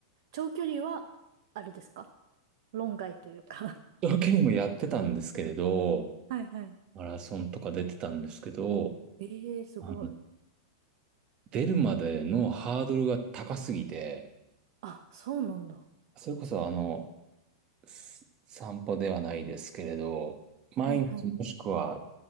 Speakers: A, on the right; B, on the right.
A: 長距離は、あれですか論外というか
B: 長距離もやってたんですけれど、
A: <laughs> はいはい。
B: マラソンとか出てたんですけど、
A: ええすごい。
B: あの出るまでのハードルが高すぎて、
A: あ、そうなんだ。
B: それこそあの、す散歩ではないですけれど、毎日もしくは、
A: はいはい。